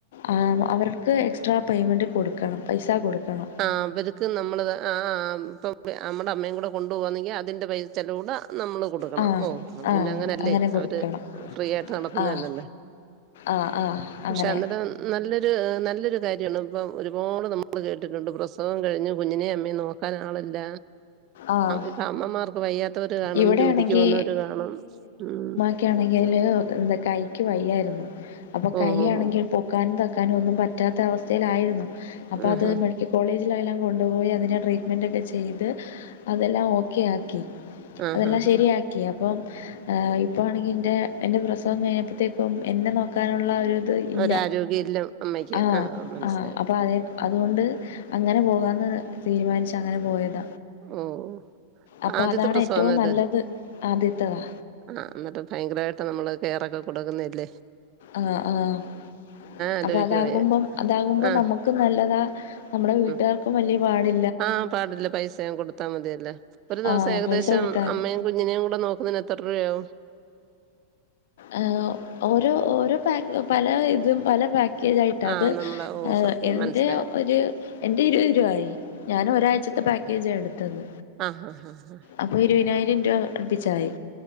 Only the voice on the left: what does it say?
ആ അവർക്ക് എക്സ്ട്രാ പേയ്മെൻറ് കൊടുക്കണം പൈസ കൊടുക്കണം.
ആഹ്
ആഹ്
അങ്ങനെ കൊടുക്കണം
ആഹ് ആഹ് ആഹ്
അങ്ങനെ
ആഹ്
ഇവിടെയാണെങ്കി
ക്കിണങ്കിലെ കൈക് വയ്യായിരുന്നു അപ്പോ
കൈ
ആണെങ്കി
പൊ ക്കാനും താക്കാനും ഒന്നും പറ്റാത്ത അവസ്ഥയിലായിരുന്നു അപ്പ
അത് ഇ കോളേജിലെല്ലാം കൊണ്ടുപോയി അതിനെ ട്രീറ്റ്മെൻറ്ക്കെ ചെയ്ത് അതെല്ലാ ഓക്കെ ആക്കി
അതെല്ലാം
ശരിയാക്കി അപ്പം ആ പ്പോ ആണെങ്കി ൻ്റെ എൻ്റെ പ്രസവം കഴിഞ്ഞപ്പത്തേക്കും എന്നെ നോക്കാനുള്ള ഒരു അത് ഇല്ല
ആഹ്
ആഹ് അപ്പൊ അതെ അതുകൊണ്ട് അങ്ങനെ പോകാന്ന് തീരുമാനിച്ച അങ്ങനെ പോയത.
അപ്പ
അതാണ്
ഏറ്റവും
നല്ലത് ആദ്യത്തതാ.
ആഹ് ആഹ്
അപ്പ അതാകുമ്പം, അതാകുമ്പോ
നമുക്കും നല്ലതാ നമ്മുടെ വീട്ടുകാർക്കും
വലിയ പാടി
ആ
പൈസ കൊടുത്താ മതി.
ആ ഓരോ ഓരോ പാക്ക് പല ഇതും പല പാക്കേജായിട്ടാ
അത്
എൻ്റെ
ഒരു എൻ്റെ ഇരുവത് രുവായി ഞാന് ഒരാഴ്ചത്തെ പാക്കേജാ എടുത്തത്.
അപ്പോ ഇരുപതിനായിരം രൂപ അടുപ്പിച്ചായി